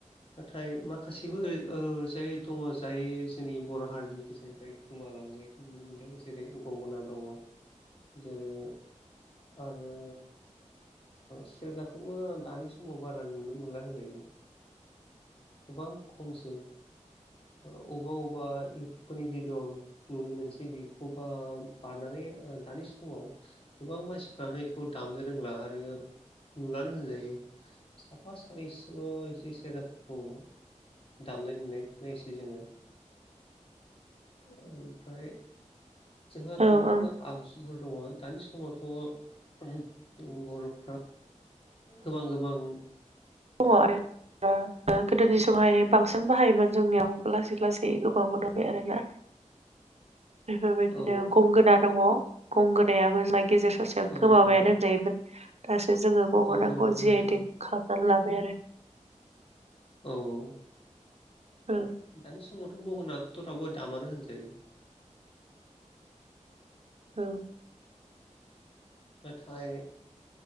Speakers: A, on the left (about 45°); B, on the right (about 60°).
A: नाथाय माखासेबोओ जाय दङ जायो जोंनि बर' हारिनि गेजेरनिफ्राय गोमालांनाय नुनो मोनदों जेरै गंगोना दङ जेरै आरो सेरजाखौबो दानि समाव बारा नुनो मोनला होनजायो गोबां खमसै अबा अबा इउटुबफोरनि भिडिअ नुनो मोनसै बेखौ बा बारनानै ओ दानि समाव गोबां मानसिफ्रानो बेखौ दामनो रोंला आरो नुलानो होनजायो। साफा सानैसल' एसे सेरजाफोरखौ दामनाय देनाय खौनायनोसै जोङो। औ ओमफ्राय जोंहा
B: औ
A: गोबां
B: औ
A: आगजुफोर दङ दानि समावथ' बर'फ्रा गोबां गोबां
B: दङ आरो ओ ओ गोदोनि समावहाय बांसिन नों बाहायबानो जोंनियाव लासै लासै गोबांबो दंबाय आरो ना बेफोरबायदिनो
A: औ
B: गंगोना दङ गंगोनायाबो मा गेजेर सासे
A: औ
B: गोमाबायानो
A: गाव
B: होनजायोमोन दासो जोङो गंग'नाखौ
A: औ गोमाबाय
B: जि
A: होनजायो
B: आइ टेक खालामनानै लाबाय आरो।
A: औ औ
B: औ
A: दानि समावथ' गंगोनाखौथ' रावबो दामानो होनजायो।
B: औ।
A: नाथाय